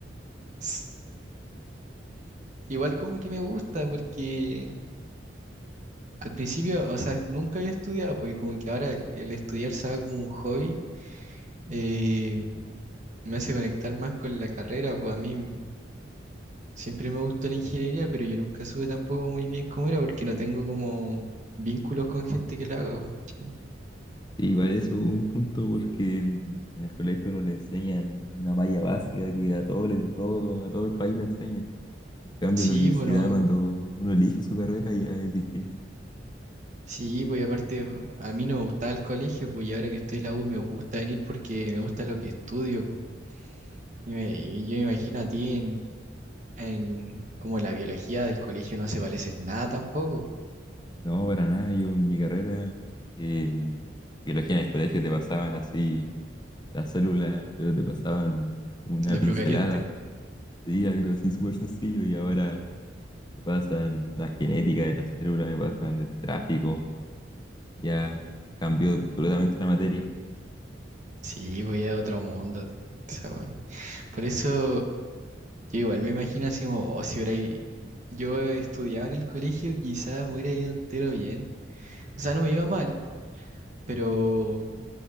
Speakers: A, on the right (about 40°); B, on the left (about 25°).
A: S- Igual como que me gusta, porque al principio, o sea, nunca había estudiado, pues y como que ahora el, el estudiar se va como un hobby, eh, me hace conectar más con la carrera, pues a mí Siempre me gustó la ingeniería, pero yo nunca supe tampoco muy bien cómo era porque no tengo como vínculos con gente que la haga, po, ¿cachai?
B: Sí, igual eso es un punto porque mm, en el colegio no le enseñan una malla básica que a todo, le- todo, a todo el país le enseñan. En cambio,
A: Sí,
B: en la universidad,
A: pues no.
B: cuando uno elige su carrera, ya es distinto.
A: Sí, pues y aparte a mí no me gustaba el colegio, pues y ahora que estoy en la U me gusta venir porque me gusta lo que estudio, pues. Y, me- y yo me imagino a ti en, en como la biología del colegio no se parece en nada tampoco.
B: No, para nada, yo en mi carrera, eh, biología en el colegio te pasaban así las células pero te pasaban una
A: La
B: pincelada,
A: procariante.
B: sí, algo así súper sencillo, y ahora me pasan la genética de las células me pasan el tráfico. ya cambió absolutamente la materia.
A: Sí, voy a otro mundo. esa weá. Por eso Yo igual me imagino así como, oh, si hubiera i- yo estudiaba en el colegio, quizás me hubiera ido entero bien. O sea, no me iba mal, pero